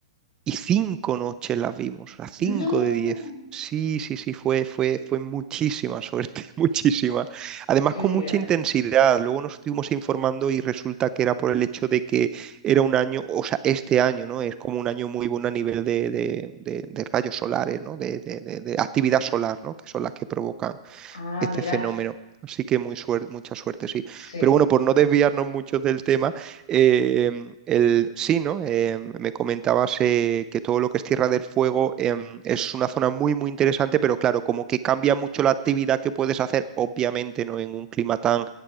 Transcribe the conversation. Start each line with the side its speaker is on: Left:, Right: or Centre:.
Right: Y cinco noches las vimos, las cinco
Left: No,
Right: de diez. Sí, sí, sí, fue, fue, fue muchísima suerte, <laughs> muchísima.
Left: Oh,
Right: Además,
Left: qué
Right: con
Left: bien.
Right: mucha intensidad. Luego nos estuvimos informando y resulta que era por el hecho de que era un año, o sea, este año, ¿no? Es como un año muy bueno a nivel de, de- de- de rayos solares, ¿no? De, de- de- de actividad solar, ¿no? Que son las que provocan
Left: Ah,
Right: este
Left: mira,
Right: fenómeno. Así que muy suer- mucha suerte, sí.
Left: sí.
Right: Pero bueno, por no desviarnos mucho del tema, eh, el, sí, ¿no? Eh, me comentabas eh, que todo lo que es Tierra del Fuego em, es una zona muy, muy interesante, pero claro, como que cambia mucho la actividad que puedes hacer, obviamente, ¿no? En un clima tan,